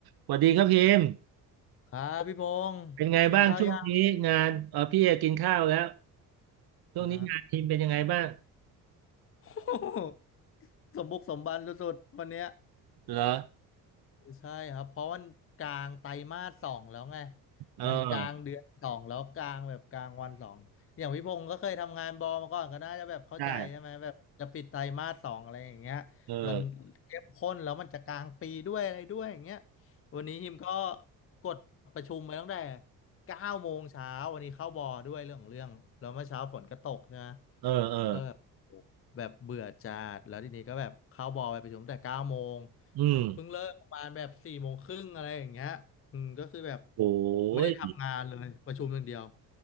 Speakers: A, on the right; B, on the left.
A: สวัสดีครับพิมพ์
B: ครับพี่พงศ์กินข้าวยัง
A: เป็นไงบ้างช่วงนี้งานเออพี่เอกินข้าวแล้วช่วงนี้งานพิมพ์เป็นยังไงบ้าง
B: อ่า <laughs> สมบุกสมบันสุดๆวันเนี้ย
A: เหรอ
B: ใช่ครับเพราะวันกลางไตรมาสสองแล้วไง
A: เออ
B: มันกลางเดือนสองแล้วกลางแบบกลางวันสองอย่างพี่พงศ์ก็เคยทำงานบอมาก่อนก็น่าจะแบบเข้าใจใช่ไหมแบบจะปิดไตรมาสสองอะไรอย่างเงี้ย
A: ใช่เออ
B: มันเข้มข้นแล้วมันจะกลางปีด้วยอะไรด้วยอย่างเงี้ยวันนี้ฮิมก็กดประชุมไปตั้งแต่เก้าโมงเช้าวันนี้เข้าบอด้วยเรื่องของเรื่องแล้วเมื่อเช้าฝนก็ตกใช่ไหม
A: เออเออ
B: ก็แบบโอ้แบบเบื่อจัดแล้วทีนี้ก็แบบเข้าบอลไปประชุมแต่เก้าโมง
A: อืม
B: เพิ่งเลิกประมาณแบบสี่โมงครึ่งอะไรอย่างเงี้ยอืมก็คือแบบ
A: โอ้
B: ไม่ได้ทำงานเลยประชุมอย่างเดียว
A: ย